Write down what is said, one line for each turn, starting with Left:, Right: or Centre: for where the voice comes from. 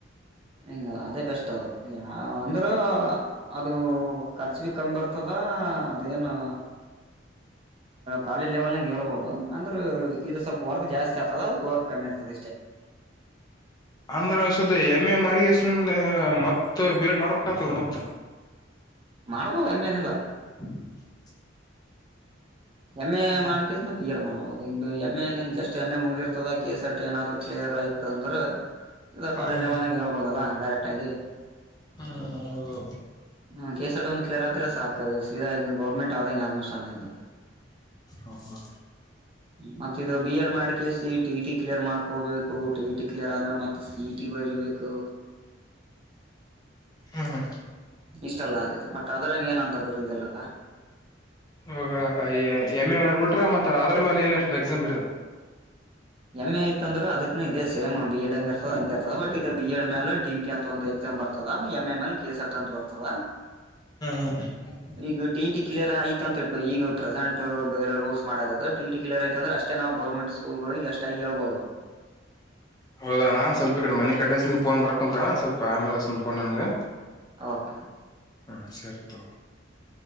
Right: ಹಂಗ ಅದೇ ಬೆಸ್ಟ್ ಅದು ಅಂದ್ರ ಅದು ಖರ್ಚ ಬಿ ಕಮ್ಮ್ ಬರ್ತದ ಅದೇನು ಕಾಲೇಜ್ ಲೆವೆಲ್ ನಂಗ ಹೇಳ್ಬಹುದು ಅಂದ್ರೆ ಇದು ಸ್ವಲ್ಪ ವರ್ಕ್ ಜಾಸ್ತಿ ಆಗ್ತದ ಅದಕ್ಕೆ ವರ್ಕ್ ಕಮ್ಮಿ ಇರ್ತದೆ ಇಷ್ಟೇ
Left: ಒಂದ್ರ ವರ್ಷದ ಎಮ್ ಎ ಮಾಡಿ ಸುಮ್ನ ಮತ್ತ ಬಿ ಎಡ್ ಮಾಡ್ಬೇಕ ಆತಲ್ಲ ಮತ್ತ
Right: ಮಾಡಬೋದು ಅಂಗೇನಿಲ್ಲ
Left: <inaudible>
Right: ಎಮ್ ಎ
Left: ಹ್ಮ್
Right: ಮಾಡೋ <unintelligible> ಮಾಡ್ಬಹುದು ಎಮ್ ಎ ನೀನ್ ಜಸ್ಟ್ ಎಮ್ ಎ ಮುಗ್ದಿರ್ತದ ಕೆ ಎಸ್ರ್ಟ್ ಏನಾದ್ರು ಕ್ಲಿಯರ್ ಆಯತಂದ್ರೆ ಈಗ
Left: ಹ್ಮ್
Right: ಕಾಲೇಜ್ ಲೆವೆಲ್ನಾಗ ಹೇಳ್ಬೋದ ಅಲ್ಲ ಡೈರೆಕ್ಟ್ ಆಗಿ
Left: ಹಾ ಹಾ ಹೌದೌದು
Right: ಹ್ಮ್ <unintelligible> ಒಂದು ಕ್ಲಿಯರ್ ಆದ್ರೆ ಸಾಕು ಸೀದಾ ಈಗ ಗೌರ್ಮೆಂಟ್ ಆದಂಗೆ ಆಲ್ಮೋಸ್ಟ್ ನಿಂದು
Left: ಹೌದಾ
Right: ಮತ್ತ ಇದು ಬಿ ಎಡ್ ಮಾಡ್ಕಸ ಟಿ ಟಿ ಕ್ಲಿಯರ್ ಮಾಡ್ಕೋಬೇಕು ಟಿ ಟಿ ಕ್ಲಿಯರ್ ಆದ್ಮೇಲೆ ಮತ್ತ ಸಿಟಿ ಬರರ್ಬೇಕು
Left: ಹ್ಮ್
Right: ಇಷ್ಟಲ್ಲ ಅದು ಬಟ್ ಅದರಾಗ ಏನಂತ ಬರಿಲ್ಲಲ್ಲ
Left: ಆಗ ಎಮ್ ಎ ಮಾಡ್ಬಿಟ್ರ ಮತ್ತ ಅದ್ರ ಮ್ಯಾಲ ಏನಿರ್ತ ಎಕ್ಸಾಮ್ ಬರ
Right: ಎಂ ಎ ಇತ್ ಅಂದ್ರೆ ಅದಕ್ನು ಇದದೆ ಸೇಮ್ ಬಿ ಎಡ್ ಹಂಗ ಇರ್ತದ ಹಂಗಗೆ ಇರ್ತದ ಬಟ್ ಇ ಬಿ ಎಡ್ ಮೇಾಲ ಡಿ ಕೆ ಅಂತ ಒಂದ ಇದ ಬರ್ತದ ಎಂ ಎ ಮೇಲೆ <unintelligible> ಅಂತ ಬರ್ತದ
Left: <unintelligible>
Right: ಈಗ ಟಿಟಿ ಕ್ಲಿಯರ್ ಯಐತ ಅಂತ ಇಟ್ಕೊಂಡು ಈಗ ಪ್ರೆಸೆಂಟ್ ಬೇರೆ ರೂಲ್ಸ್ ಮಾಡರದು ಟಿಟಿ ಕ್ಲಿಯರ್ ಆಯ್ತು ಅಂದ್ರೆಷ್ಟೆ ಅಷ್ಟೇ ನಾವು ಗೌರ್ಮೆಂಟ್ ಸ್ಕೂಲ್ಗಳಿಗೆ ಎಷ್ಟಾಗಿ ಹೇಳ್ಬಹುದು
Left: ಹೌದಾಣ್ಣ ಸ್ವಲ್ಪ ಈ ಕಡೆ ಮನೆ ಕಡಲೆಸ ಫೋನ್ ಬರಕಂತವ ಅಣ್ಣ ಸ್ವಲ್ಪ ಆಮೇಲೆಸ ಪೋನ್ಗ ನಿಮ್ಗ
Right: ಓಕೆ ಓಕೆ
Left: ಹಾ ಸರಿ ತಗೋ